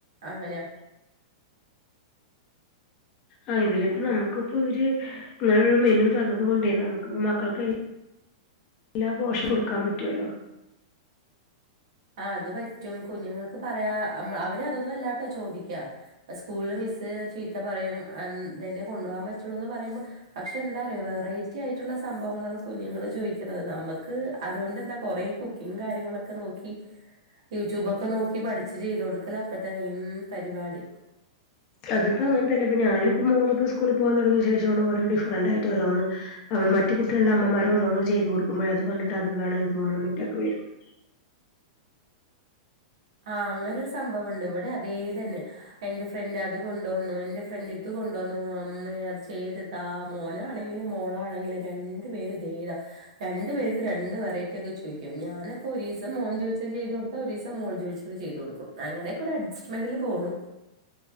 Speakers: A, on the right (about 65°); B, on the left (about 25°).
A: അങ്ങനെയാ
B: ആഹ് ഇതിലിപ്പ നമുക്കിപ്പോ ഇവര് ഇങ്ങനൊരു മെനു തന്നത് കൊണ്ടേ നമുക്ക്പ്പ മക്കൾക്ക് എല്ലാ പോഷാ കൊട്ക്കാൻ പറ്റുവല്ലോ
A: ആ അത് പറ്റും കുഞ്ഞുങ്ങക്ക് പറയാ അം അവര് അതൊന്നും അല്ലാട്ടോ ചോദിക്കാ സ്കൂളില് മിസ് ചീത്ത പറയും അം തന്നെ കൊണ്ടോവാൻ പറ്റുള്ളൂന്ന് പറയുമ്പോ പക്ഷെ എന്താറിയൊ വെറൈറ്റി ആയിട്ടുള്ള സംഭവങ്ങളാണ് കുഞ്ഞുങ്ങള് ചോയ്ക്ക്ണത് നമ്മക്ക് അതുകൊണ്ടെന്താ കൊറെ ക്കിങ്ങ് കാര്യങ്ങളൊക്കെ നോ ക്കി യൂട്യൂബൊക്കെ നോക്കി പഠിച്ച് ചെയ്ത് കൊടുക്കലപ്പത്തെ മെയിൻ പരിപാടി
B: അതിപ്പോ അങ്ങൻ തന്നെ ഇപ്പ ഞാനിപ്പോ മോള്പ്പോ സ്കൂളി പോവാൻ തൊടങ്ങിയ ശേഷാണ് ഓരോ ഡിഫറന്റായിട്ട് ഓരോന്ന് അവർ മറ്റ് കുട്ടികള്ടെ അമ്മമാരോരോന്ന് ചെയ്തു കൊടുക്കുമ്പോഴാ അത് കണ്ടിട്ടത് വേണം ഇത് വേണം <unintelligible>
A: ആ അങ്ങനൊരു സംഭവ്ണ്ട് ഇവടെ അതേ തന്നെ എന്റെ ഫ്രണ്ട് അത് കൊണ്ടുവന്നു എന്റെ ഫ്രണ്ട് ഇത് കൊണ്ട് വന്നു അമ്മെ അത് ചെയ്ത് താ മോനാണെങ്കിലും മോളാണെങ്കിലും രണ്ടു പേരും ദേ താ രണ്ടു പേർക്കും രണ്ട് വെറൈറ്റി ഒക്കെ ചോയ്ക്കും ഞാനപ്പോ ഒരീസം മോൻ ചൊയ് ത് ചെയ്തൊട്ത്താ ഒരീസം മോൾ ജോയ്ച്ചത് ചെയ്തൊട്ക്കും അങ്ങനൊക്കൊരു അഡജസ്മെന്റിൽ പോണു